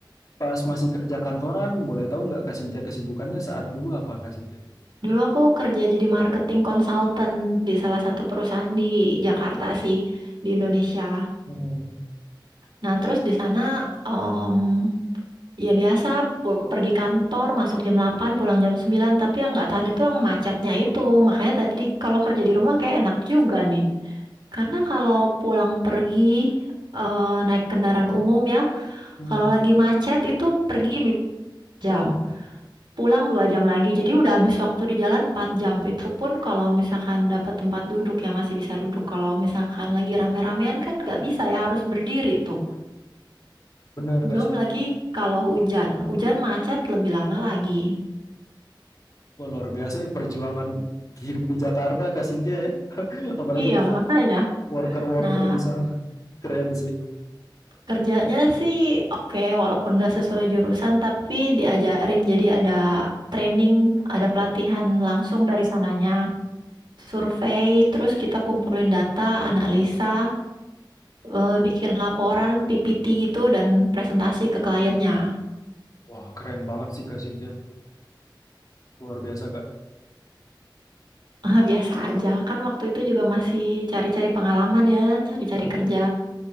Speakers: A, on the left; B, on the right.
A: pas masih kerja kantoran, boleh tahu nggak Kak Cynthia kesibukannya saat dulu apa Kak Cynthia?
B: Dulu aku kerja jadi marketing consultant di salah satu perusahaan di Jakarta sih, di Indonesia.
A: Mm-mm,
B: Nah, terus di sana em, ya biasa pu- pergi kantor masuk jam 8 pulang jam 9 tapi yang nggak tahan itu yang macetnya itu. Makanya tadi kalau kerja di rumah kayak enak juga nih. Karena kalau pulang pergi eh, naik kendaraan umum ya,
A: mm-mm.
B: kalau lagi macet itu pergi bi- jam, pulang dua jam lagi. Jadi udah habis waktu di jalan 4 jam. Itu pun kalau misalkan dapat tempat duduk ya masih bisa duduk. Kalau misalkan lagi rame-ramean kan nggak bisa ya harus berdiri itu.
A: Bener Kak
B: Belum
A: Cynthia,
B: lagi kalau hujan. Hujan macet lebih lama lagi.
A: Wah, luar biasa ya perjuangan hidup di Jakarta Kak Cynthia ya, <laughs> apalagi
B: Iya,
A: buat
B: makanya.
A: worker-worker
B: Nah,
A: di sana. Keren sih.
B: kerjanya sih oke, walaupun nggak sesuai jurusan, tapi diajarin jadi ada training, ada pelatihan langsung dari sananya. Survei, terus kita kumpulin data, analisa, eh, bikin laporan, PPT gitu, dan presentasi ke kliennya.
A: Wah, keren banget sih Kak Cynthia. Luar biasa, Kak.
B: <laughs> Biasa aja, kan waktu itu juga masih cari-cari pengalaman ya, cari-cari
A: Nah,
B: kerja.